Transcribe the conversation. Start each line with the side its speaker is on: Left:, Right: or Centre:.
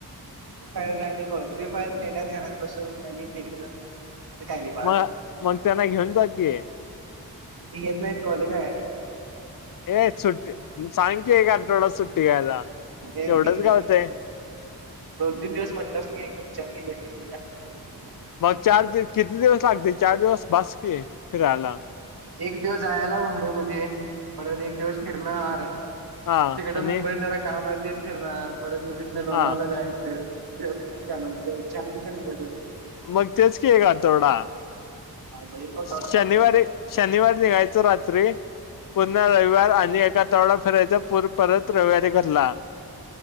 Right: फ्री फायर जा आणि फ्री फायर खेळण्यात घरात बसून आणि तिकडे जाऊ अरे काय नाही बाळ,
Left: मग मग त्यांना घेऊन जा की
Right: अरे ती येत नाहीत कॉलेज हाय.
Left: ये सुट्ट, मग सांग की एक आठवडा सुट्टी घ्यायला.
Right: ते
Left: तेवढच
Right: घेत नाही.
Left: घावतय.
Right: दोन तीन दिवस म्हटलंच ना, विचार केली असतीत एक आठवड्यात.
Left: मग चार दि किती दिवस लागतय, चार दिवस बस कि. फिराला.
Right: एक दिवस जायाला मुंबई मध्ये, परत एक दिवस फिरणार.
Left: हा
Right: तिकडं
Left: आणि
Right: मुंबईत जरा काम आहे ते फिरणार, परत म तिथनं लोणावला
Left: हा
Right: जायचं, तेवढंण माझी कामं हायत म्हटलं. हो <unintelligible>
Left: मग तेच की एक आठवडा
Right: चार दिस हा. सोडा
Left: शनिवारी
Right: लागते
Left: शनिवारी निघायचं रात्री. पूर्ण रविवार आणि एक आठवडा फिरायचं, आणि पुन्हा रविवारी घरला.